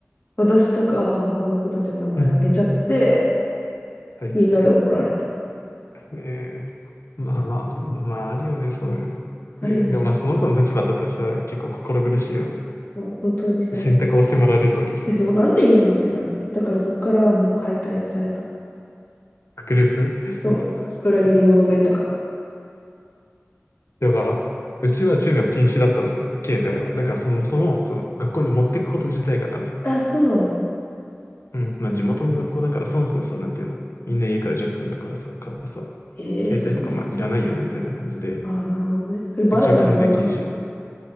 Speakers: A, on the left; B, on the left.
A: 私とか他の子たちの名前あげちゃって、
B: うん入って、
A: みんなで怒られた。
B: ねえ、まあまあ、まああるよね、そういうの。
A: あるよね。
B: ねえ、でもまあその子の立場だとしたら結構心苦しいよね。
A: そう、本当に最悪。
B: 選択を迫られるわけじゃん。
A: え、そう、なんで言うのって感じ。だからそっからもう解体された。
B: グループ <laughs>
A: そう、
B: うわ、
A: 裏切り者がいたから。
B: つやば。うちは中学禁止だったのね、携帯は。だからそもそも、その学校に持ってくこと自体がダメ。
A: あ、そうなの
B: うん、まあ地元の学校だからそもそもさ、なんていうの、みんな家から10分とかさ、からさ、
A: えー、
B: 携帯とかまあいらないよねみたいな感じで、
A: そういうことあー、なるほどね。それバレたらどうなの
B: うちは完全禁止。